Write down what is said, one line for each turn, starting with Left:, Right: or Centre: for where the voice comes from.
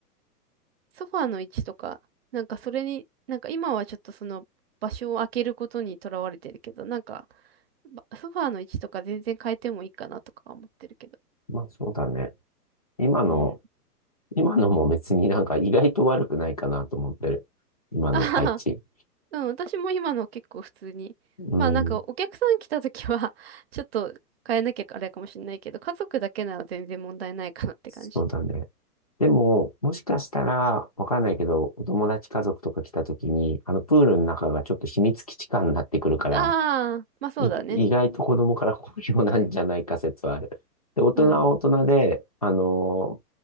Right: ソファーの位置とか、なんかそれに、なんか今はちょっとその場所を空けることにとらわれてるけど、なんか、ばソファーの位置とか全然変えてもいいかなとか思ってるけど。
Left: まあそうだね。今の、
Right: うん。
Left: 今のも別になんか意外と悪くないかなと思ってる。今の配置。
Right: あははうん、私も今の結構普通に。
Left: うん、
Right: まあなんかお客さん来た時は <laughs> ちょっと変えなきゃあれかもしれないけど、家族だけなら全然問題ないかなって感じ。
Left: そうだね。でも、もしかしたら、わかんないけど、お友達家族とか来た時に、あのプールの中がちょっと秘密基地感になってくるから、
Right: ああ、まあそうだね。
Left: い意外と子供から好評なんじゃないか説はある。で、大人は大人で、
Right: うん。
Left: あの